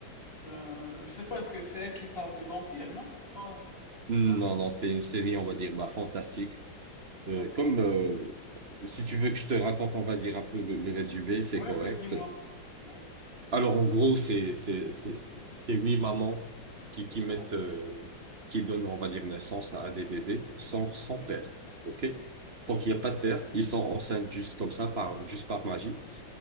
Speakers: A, on the left; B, on the right.
A: Euh, je sais pas, est-ce que c'est elle qui parle de vampire, non? C'est pas...
B: Non,
A: Non?
B: non, c'est une série, on va dire, bah, fantastique.
A: D'accord.
B: Euh, comme, euh, si tu veux que je te raconte, on va dire un peu le, le résumé, c'est
A: Ouais,
B: correct.
A: ouais, dis-moi. Oui,
B: Alors, en gros, c'est, c'est, c'est, c'est c'est huit mamans qui, qui mettent,
A: d'accord.
B: euh, qui donnent, on va dire, naissance à des bébés sans, sans
A: Oui,
B: père. OK? Donc,
A: d'accord.
B: il n'y a pas de père. Ils sont enceintes juste comme ça, par, juste par magie.